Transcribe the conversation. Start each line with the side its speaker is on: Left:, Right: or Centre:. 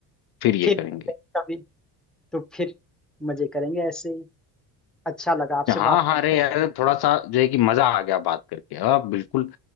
Left: फिर ये
Centre: फिर
Left: करेंगे
Centre: कभी तो फिर मजे करेंगे ऐसे ही अच्छा लगा आपसे
Left: हाँ
Centre: बात
Left: हाँ अरे यार थोड़ा सा जो है कि मजा आ गया बात करके हाँ बिल्कुल